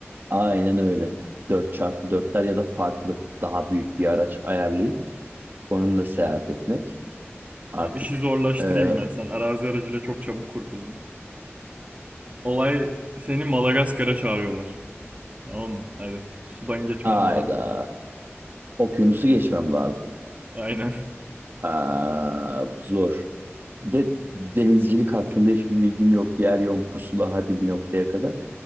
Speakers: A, on the right (about 50°); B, on the right (about 30°).
A: Aynen öyle. dört çarpı dörtler ya da farklı daha büyük bir araç ayarlayıp onunla seyahat etmek. Artık
B: Tamam işi zorlaştırayım
A: e,
B: ben. Sen arazi aracıyla çok çabuk kurtuldun. Olay seni Madagaskar'a çağırıyorlar. Tamam mı? Hadi. Sudan geçmen
A: ayda
B: lazım.
A: okyanusu geçmem lazım.
B: Aynen.
A: Aa, zor. Bir de denizcilik hakkında hiçbir bilgim yok. Yer yön pusula hadi bir noktaya kadar.